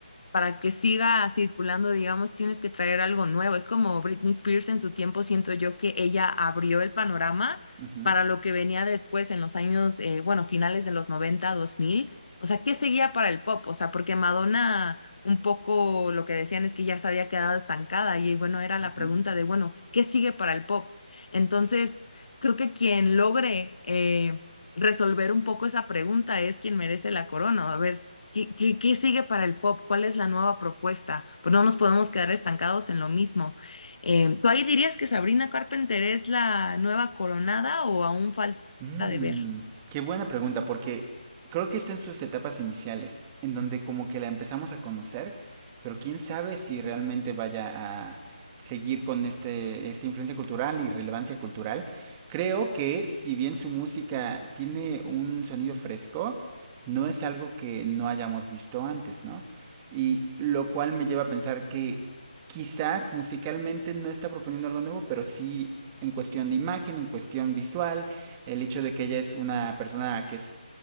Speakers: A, on the left (about 60°); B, on the right (about 20°).
A: para que siga circulando, digamos, tienes que traer algo nuevo. Es como Britney Spears en su tiempo, siento yo que ella abrió el panorama
B: Ujú.
A: para lo que venía después en los años, eh, bueno, finales de los noventa dos mil O sea, ¿qué seguía para el pop? O sea, porque Madonna, un poco lo que decían es que ya se había quedado estancada y bueno, era la
B: ujú,
A: pregunta de, bueno, ¿qué sigue para el pop? Entonces, creo que quien logre eh, resolver un poco esa pregunta es quien merece la corona. A ver, ¿Qué, qué, qué sigue para el pop? ¿Cuál es la nueva propuesta? Pues no nos podemos quedar estancados en lo mismo. Eh, ¿tú ahí dirías que Sabrina Carpenter es la nueva coronada o aún falta
B: Mm,
A: de ver?
B: qué buena pregunta, porque creo que está en sus etapas iniciales, en donde como que la empezamos a conocer, pero quién sabe si realmente vaya a seguir con este, esta influencia cultural y relevancia cultural. Creo que si bien su música tiene un sonido fresco, no es algo que no hayamos visto antes, ¿no? Y lo cual me lleva a pensar que quizás musicalmente no está proponiendo algo nuevo, pero sí en cuestión de imagen, en cuestión visual, el hecho de que ella es una persona que es